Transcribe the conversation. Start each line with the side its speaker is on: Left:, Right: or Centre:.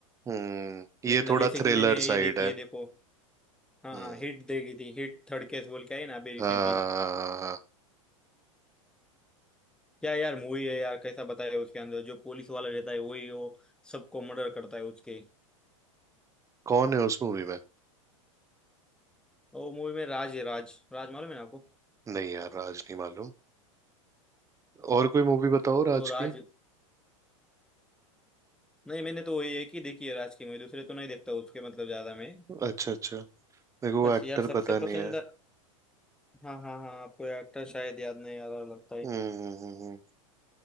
Right: हम्म
Centre: देखना
Right: ये थोड़ा
Centre: जैसे
Right: थ्रिलर
Centre: कि मैंने
Right: साइड
Centre: ये देखी
Right: है
Centre: है देखो हाँ
Right: हम्म
Centre: हाँ हिट देखी थी हिट थर्ड केस बोल के आई ना अभी रिसेंटली
Right: हाँ
Centre: क्या यार मूवी है यार कैसा बताया उसके अंदर जो पुलिस वाला रहता है वही वो सबको मर्डर करता है उसके
Right: कौन है उस मूवी में
Centre: तो वो मूवी में राज है राज राज मालूम है ना आपको
Right: नहीं यार राज नहीं मालूम और कोई मूवी बताओ
Centre: तो
Right: राज
Centre: राज
Right: की
Centre: नहीं मैंने तो वही एक ही देखी है राज की मूवी दूसरे तो नहीं देखता उसके मतलब ज्यादा मैं
Right: अच्छा अच्छा मेरे को वो
Centre: बस
Right: एक्टर
Centre: यार सबसे
Right: पता नहीं
Centre: पसंद
Right: है
Centre: हाँ हाँ हाँ आपको एक्टर शायद याद नहीं आ रहा लगता है
Right: हम्म हम्म, हम्म,